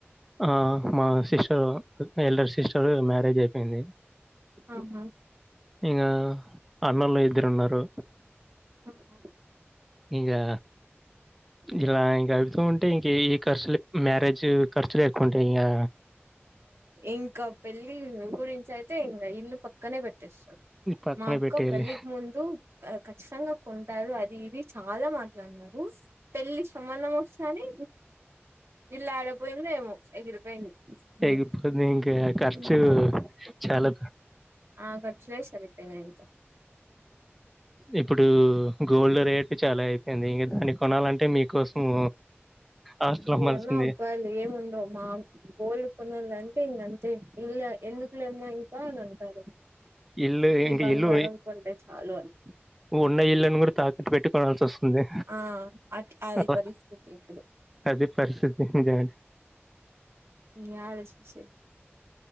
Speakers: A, in the centre; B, on the right.
A: ఆ మా సిస్టర్ ఎల్డర్ సిస్టర్ మ్యారేజ్ అయిపోయింది
B: అవునా
A: ఇగా అన్నలు ఇద్దరు ఉన్నారు
B: ఆహా
A: ఇగా ఇలా ఇంకా అయితూ ఉంటే ఇంక ఈ ఖర్చులు మ్యారేజ్ ఖర్చులు ఎక్కువ ఉంటాయి ఇంకా
B: ఇంకా పెళ్ళి గురించి అయితే ఇంకా ఇల్లు పక్కనే పెట్టేస్తారు
A: పక్కన
B: మా అక్క
A: పెట్టేయాలి.
B: పెళ్ళికి ముందు ఆ ఖచ్చితంగా కొంటారు అది ఇది చాలా మాట్లాడినారు పెళ్లిి సంబంధం వస్తాని ఇళ్లా ఆడపోయిందేమో ఎగిరిపోయింది హ్మ్
A: ఎగిరిపోంది ఇంకా ఖర్చు
B: హ్మ్.
A: చాలా
B: ఆ ఖర్చులు సరిపోయినాయి ఇంకా
A: ఇప్పుడు గోల్డ్ రేట్ చాలా అయిపోయింది ఇంక దాన్ని కొనాలంటే మీకు కోసము ఆస్తులు అమ్మాల్సిందే
B: ఇవన్న అబ్బాయిలు ఏముండవు మా గోల్డ్ కొనాల అంటే ఇంకాంతే తే ఇల్లా ఎందుకులేమ్మ ఇంకా అని అంటారు
A: ఇల్లు
B: ఈ
A: ఇంక
B: బంగారం
A: ఇల్లు
B: ఉంటే చాలు అనీ
A: ఉన్న ఇళ్ళని కూడా తాకట్టు పెట్టి కొనాల్సి వస్తుంది
B: ఆ అట్ అది
A: అట్లా
B: పరిస్థితి ఇప్పుడు.
A: అదే పరిస్థితి నిజాలు
B: యడ శషే